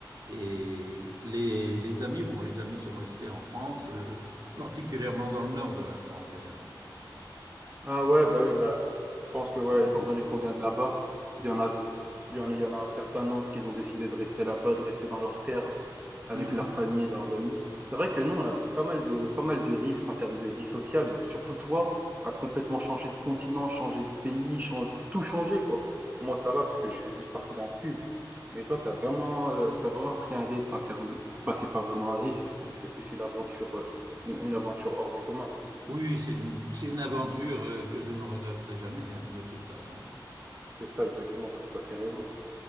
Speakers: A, on the right; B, on the right.
A: Et les, les amis, bon, les amis sont restés en France, euh, particulièrement dans le nord de la France, d'ailleurs.
B: Ah ouais, bah oui, bah, je pense que, ouais,
A: <clears throat>
B: étant donné qu'on vient de là-bas, il y en a, il y en a, il y en a un certain nombre qui ont décidé de rester là-bas, de rester dans leur terre, avec
A: Mhm.
B: leurs familles et leurs amis. C'est vrai que nous, on a pris pas mal de, pas mal de risques en termes de vie sociale. Surtout toi, à complètement changer de continent, changer de pays, chan- tout changer, quoi. Moi, ça va parce que je suis juste parti dans le sud. Mais toi, t'as vraiment, euh, t'as vraiment pris un risque en termes de, bah, c'est pas vraiment un risque, c'est c'est plus une aventure, euh, une, une aventure hors du commun.
A: Oui, c'est une, c'est une aventure euh, que je ne regretterai jamais, hein, de toute façon.
B: C'est ça, exactement, t'as tout à fait raison.